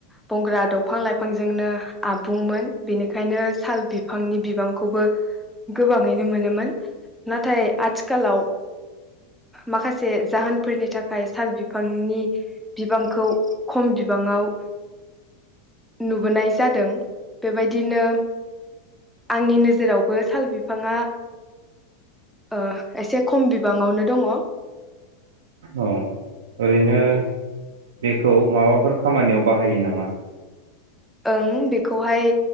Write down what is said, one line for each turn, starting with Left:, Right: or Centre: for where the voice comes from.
Centre: बंग्रा दंफां लाइफांजोंनो आबुंमोन बेनिखाय ओंखायनो साल बिफांनि बिबां खौबो गोबाङैनो मोनोमोन नाथाय आथिखालाव माखासे जाहोनफोरनि थाखाय साल बिफांनि बिबांखौ खम बिबाङाव नुबोनाय जादों। बेबायदिनो आंनि नोजोरावबो सालबिफ फांआ ओ एसे खम बिबाङावनो दङ।
Right: औ ओरैनो बेखौ माबाफोर खामानियाव बाहायो नामा?
Centre: ओं बेखौहाय